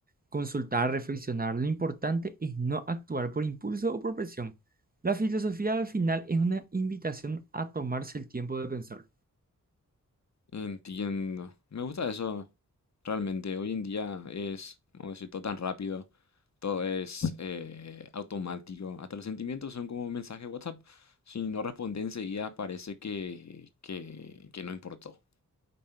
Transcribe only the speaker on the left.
Entiendo. Me gusta eso realmente. Hoy en día es, vamos a decir, todo tan rápido, todo es eh, automático. Hasta los sentimientos son como mensaje de WhatsApp. Si no responde enseguida, parece que, que, que no importó.